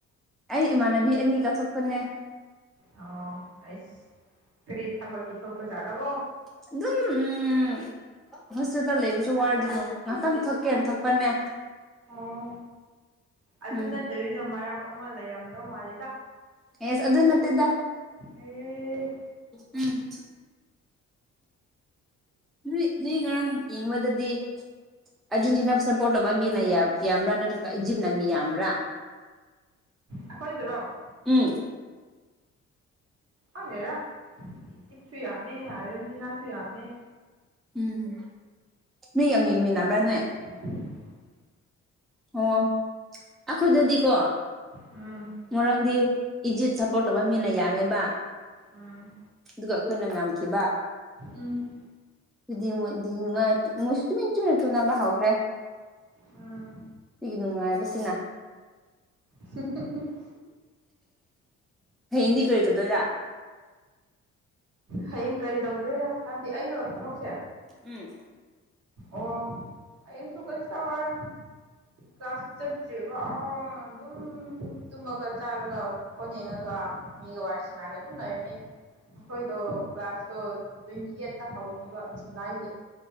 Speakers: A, in the centre; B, on the right.
A: ꯑꯩ ꯏꯃꯥꯟꯅꯕꯤ ꯑꯅꯤꯒ ꯊꯣꯛꯄꯅꯦ
B: ꯑꯣ ꯑꯩꯁ ꯀꯔꯤ ꯊꯕꯛꯀꯤ ꯊꯣꯛꯄꯖꯥꯠꯂꯣꯀꯣ
A: ꯑꯗꯨꯝ ꯎꯝ ꯍꯣꯁꯇꯦꯜꯗ ꯂꯩꯕꯁꯨ ꯋꯥꯔꯗꯤꯀꯣ ꯉꯥꯛꯇꯪ ꯊꯣꯛꯀꯦꯅ ꯊꯣꯛꯄꯅꯦ
B: ꯑꯣ ꯑꯗꯨ
A: ꯎꯝ
B: ꯅꯠꯇꯕꯤꯗ ꯃꯔꯝ ꯑꯃꯥ ꯂꯩꯔꯝꯗꯧ ꯃꯥꯜꯂꯤꯗ
A: ꯑꯦꯁ ꯑꯗꯨ ꯅꯠꯇꯦꯗ
B: ꯑ
A: ꯎꯝ ꯅꯣꯏ ꯅꯣꯏ ꯉꯔꯥꯡ ꯌꯦꯡꯕꯗꯗꯤ ꯑꯔꯖꯦꯟꯇꯤꯅꯥ ꯁꯞꯄꯣꯔꯠ ꯇꯧꯕ ꯃꯤ ꯂꯩꯌꯦ ꯌꯥꯝꯕꯔꯥ ꯅꯠꯇ꯭ꯔꯒ ꯏꯖꯤꯞꯅ ꯃꯤ ꯌꯥꯝꯕꯔꯥ
B: ꯑꯩꯈꯣꯏꯗꯔꯣ
A: ꯎꯝ
B: ꯈꯪꯗꯦꯗ ꯏꯖꯤꯞꯁꯨ ꯌꯥꯝꯃꯦ ꯑꯔꯖꯦꯟꯇꯤꯅꯥꯁꯨ ꯌꯥꯝꯃꯦ
A: ꯎꯝ ꯃꯤ ꯌꯥꯝ ꯌꯦꯡꯃꯤꯟꯅꯕ꯭ꯔꯅꯦ
B: ꯊ <unintelligible>
A: ꯑꯣ ꯑꯩꯈꯣꯏꯗꯗꯤꯀꯣ
B: ꯎꯝ
A: ꯉꯥꯔꯥꯡꯗꯤ ꯏꯖꯤꯞ ꯁꯞꯄꯣꯔꯠ ꯇꯧꯕ ꯃꯤꯅ ꯌꯥꯝꯃꯦꯕ
B: ꯎꯝ
A: ꯑꯗꯨꯒ ꯑꯩꯈꯣꯏꯅ ꯉꯝꯈꯤꯕ
B: ꯎꯝ
A: ꯑꯗꯨꯗꯤ ꯃꯣꯏꯗꯤ ꯅꯨꯡꯉꯥꯏ ꯃꯣꯏꯁꯨ ꯇꯨꯃꯤꯟ ꯇꯨꯃꯤꯟ ꯇꯨꯝꯅꯕ ꯍꯧꯈ꯭ꯔꯦ
B: ꯎꯝ
A: ꯃꯤꯒꯤ ꯅꯨꯡꯉꯥꯏꯕꯁꯤꯅ
B: ꯁꯤ <unintelligible>
A: ꯍꯥꯌꯦꯡꯗꯤ ꯀ ꯩ ꯇꯧꯗꯨꯏꯔ
B: ꯍꯌꯦꯡ ꯀꯔꯤ ꯇꯧꯗꯨꯏꯔꯥ ꯍꯥꯏꯕꯗꯤ ꯑꯩꯔꯣ ꯊꯕꯛꯁꯦ
A: ꯎꯝ
B: ꯑꯣ ꯍꯥꯌꯦꯡꯁꯨ ꯀꯩꯁꯨ ꯇꯧꯔꯣꯏ ꯀ꯭ꯂꯥꯁ ꯆꯠꯇ꯭ꯔꯤꯐꯥꯎ ꯑꯗꯨꯝ ꯇꯨꯝꯃꯒ ꯆꯥꯔꯒ ꯐꯣꯟ ꯌꯦꯡꯉꯒ ꯃꯤꯒ ꯋꯥꯔꯤ ꯁꯅꯥꯔꯒ ꯑꯗꯨꯝ ꯂꯩꯔꯅꯤ ꯑꯩꯈꯣꯏꯗꯣ ꯀ꯭ꯂꯥꯁꯇꯣ ꯇ꯭ꯋꯦꯟꯇꯤ ꯑꯩꯠꯇ ꯍꯧꯔꯅꯤꯕ ꯖꯨꯂꯥꯏꯒꯤ